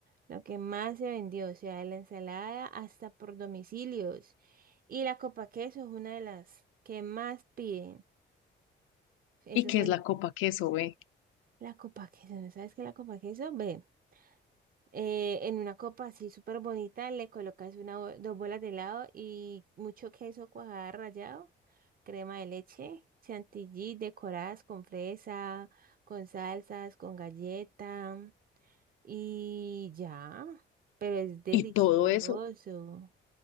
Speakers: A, on the right (about 45°); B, on the left (about 85°).
A: Lo que más se vendió, o sea, la ensalada hasta por domicilios. Y la copa queso es una de las que más piden. Eso
B: ¿Y qué
A: fue
B: es la copa queso, ve?
A: La copa queso, ¿no sabes qué es la copa queso? Ve, eh, en una copa así súper bonita le colocas una, bo- dos bolas de helado y mucho queso cuajada rallado, crema de leche, chantilly decoradas con fresa, con salsas, con galleta y ya. Pero es delicioso.
B: Y todo eso